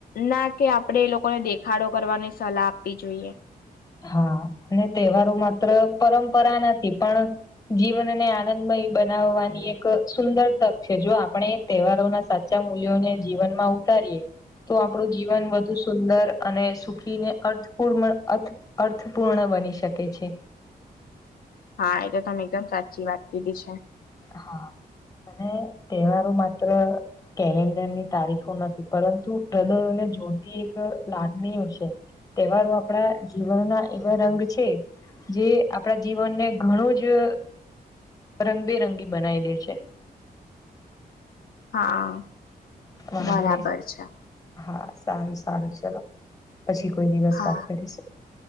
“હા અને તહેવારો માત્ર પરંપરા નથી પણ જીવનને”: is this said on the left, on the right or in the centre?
Left